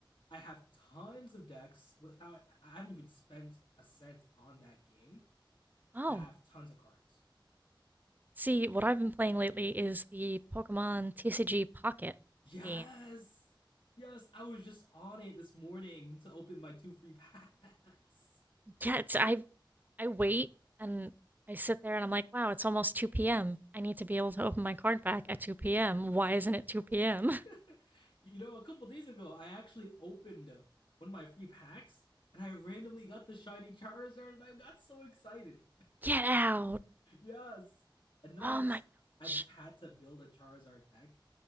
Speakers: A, on the left; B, on the right.
A: I have tons of decks without I haven't even spent a cent on that game.
B: Oh,
A: And I have tons of cards.
B: see, what I've been playing lately is the Pokemon TCG Pocket
A: Yes,
B: game.
A: yes, I was just on it this morning to open my two free packs.
B: Yeah, it's, I I wait and I sit there and I'm like, wow, it's almost 2 p.m. I need to be able to open my card back at 2 p.m. Why isn't it 2 p.m.?
A: <laughs> you know, a couple days ago, I actually opened uh, one of my free packs and I randomly got the shiny Charizard and I got so excited.
B: <laughs> Get out.
A: Yes. And then
B: Oh
A: I just
B: my
A: I
B: gosh.
A: just had to build a Charizard deck